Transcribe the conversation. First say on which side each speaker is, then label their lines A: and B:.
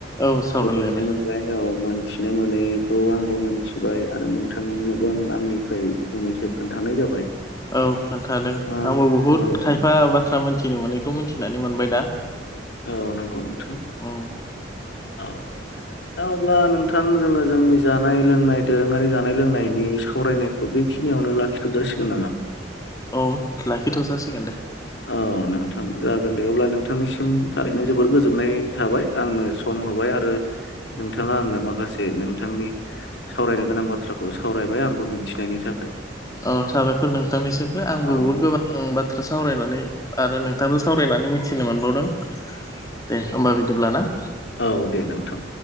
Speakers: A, on the left; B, on the left.
A: औ सावरायलायबाय
B: गोजोननाय मोनबाय औ मोन मिथिनो मोनैखौ आंबो मोनथिबाय आरो नोंथांनोबो आं आंनिफ्राय फंनैसो खोन्थानाय जाबाय
A: औ खोन्थादों
B: ओ
A: आंबो बहुद
B: औ
A: खायफा बाथ्रा मोनथिनो मोनैखौ मिथिनानै मोनबाय दा
B: औ नंगौ नोंथां
A: उम
B: औ दा अब्ला नोंथां जोङो जोंनि जानाय लोंनाय दोरोङारि जानाय लोंनायनि सावरायनायखौ बे खिनियावनो लाखिथ' जासिगोन नामा
A: औ लाखिथ' जासिगोन दे
B: औ नोंथां जागोन दे अब्ला नोंथांनिसिम थारैनो जोबोर गोजोननाय थाबाय आंनो सम <unintelligible> आरो नोंथाङा आंनो माखासे नोंथांनि सावरायनो गोनां बाथ्राखौ सावरायबाय आंबो मिथिनायनि थाखाय
A: औ साबायखर नोंथांनिसिमबो आंबो
B: औ
A: बुहुद गोबां बाथ्रा सावरायनानै आरो नोंथां <unintelligible> सावरायनानै मिथिनो मोनबावदों दे होमबा बिदिब्ला ना
B: औ दे नोंथां